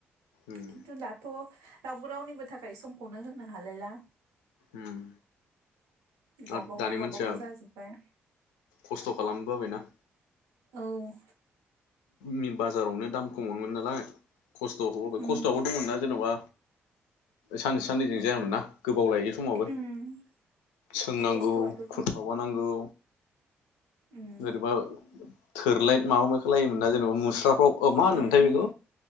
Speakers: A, on the left (about 80°); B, on the right (about 75°).
A: उम
B: खिन्थु दाथ' रावबो रावनिबो थाखाय समखौनो होनो हालायला
A: उम
B: गावबागाव
A: आरो दानि
B: गावबागाव
A: मानसिया
B: जाजोब्बाय
A: खस्थ' खालामनो बाबायना
B: औ
A: नि बाजारावनो दाम खमावनो मोनोनालाय खस्थ'
B: उम
A: खस्थ'आवबो दंमोन ना जेन'बा सानसे साननैजों जायामोन ना गोबाव लायो समावबो
B: उम
A: सोंनांगौ
B: खस्थ'आथ'
A: खुद माबानांगौ
B: उम
A: जोरबा सोरलाय माबा खालायोमोना जेबो मुस्राफ्राव अ मा
B: उम
A: होनोमोनथाय बेखौ